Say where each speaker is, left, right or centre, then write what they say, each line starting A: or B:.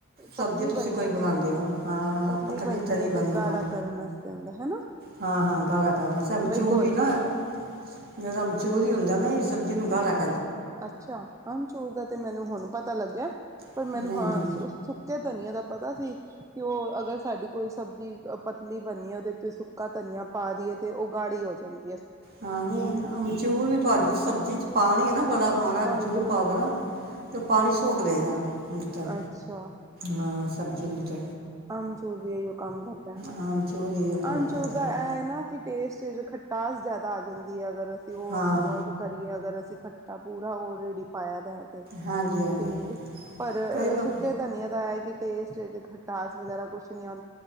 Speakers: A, on the right; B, on the right.
A: ਪਤਲੀ
B: ਸਬਜ਼ੀ ਤੁਸੀਂ
A: ਬਣਨੀ
B: ਕੋਈ
A: ਹੈ
B: ਬਣਾਉਂਦੇ
A: ਤੇ
B: ਹੋ ਹਾਂ
A: ਪਤਲੀ ਬਣਨੀ
B: ਤਰੀ
A: ਹੈ ਤੇ
B: ਬਣੀ
A: ਗਾੜਾ
B: ਹਾਂ
A: ਕਰਨ ਵਾਸ ਹਨਾ,
B: ਹਾਂ, ਹਾਂ ਗਾਲਾ ਕਰ ਮਚੂਰ
A: ਬਈ ਘੁਲ
B: ਵੀ ਨਾ
A: ਮਿਲ ਜਾਏ।
B: ਜਿਹੜਾ ਮਚੂਰ ਹੀ ਹੁੰਦਾ ਨਾ ਇਹ ਸਬਜ਼ੀ ਨੂੰ ਗਲ ਰੱਖ
A: ਅੱਛਾ ਆਮ ਚੂਰ ਦਾ ਤੇ ਮੈਨੂੰ ਹੁਣ ਪਤਾ ਲੱਗਿਆ। ਪਰ
B: ਨਹੀਂ
A: ਮੈਨੂੰ ਹਾਂ
B: ਨਹੀਂ
A: ਸੁੱਕੇ ਧਨੀਆ ਦਾ ਪਤਾ ਸੀ ਕਿ ਉਹ ਅਗਰ ਸਾਡੀ ਕੋਈ ਸਬਜ਼ੀ ਪਤਲੀ ਬਣਨੀ ਹੈ ਉਹਦੇ ਚ ਸੁੱਕਾ ਧਨੀਆ ਪਾ ਰਏ ਤੇ ਉਹ ਗਾੜੀ ਹੋ ਜਾਂਦੀ ਐ।
B: ਹਾਂ ਨਹੀਂ ਆਮਚੂਰ ਵੀ ਤੁਹਾਡੀ ਚ ਸਬਜ਼ੀ ਚ ਪਾਣੀ ਨਾ ਬੜਾ ਮਾੜਾ ਆਮਚੂਰ
A: ਹਾਂਜੀ ਹਾਂਜੀ
B: ਪਾ ਦੇਨਾ ਤੇ ਪਾਣੀ ਸੋਖ ਲਏਗਾ। ਤਾਂ
A: ਅੱਛਾ,
B: ਹਾਂ ਸਬਜ਼ੀ ਵਿੱਚ
A: ਆਮਚੂਰ ਵੀ ਇਹੀਓ ਕੰਮ ਕਰਦਾ
B: ਹਾਂ ਅਮਚੂਰ ਹੀ ਕੰਮ
A: ਆਮਚੂਰ
B: ਕਰਦਾ
A: ਦਾ
B: ਹੈ
A: ਇਹ ਨਾ ਕਿ ਟੇਸਟ ਚ ਖਟਾਸ ਜ਼ਿਆਦਾ ਆ ਜਾਂਦੀ ਹੈ ਅਗਰ ਅਸੀਂ ਉਹ
B: ਹਾਂ
A: ਇਨਵੋਲਵ ਕਰੀਏ ਅਗਰ ਅਸੀਂ ਖੱਟਾ ਪੂਰਾ ਓਲਰਡੀ ਪਾਇਆ ਸੀ। ਤੇ
B: ਹਾਂਜੀ ਹਾਂਜੀ
A: ਤੇ ਪਰ
B: ਕਈ ਲੋਕ
A: ਸੁੱਕੇ ਧਨੀਆਂ ਦਾ ਕਿ ਟੇਸਟ ਹੈ ਤੇ ਖਟ ਟਾਸ ਵਗੈਰਾ ਕੁਛ ਨੀ ਆਉਂ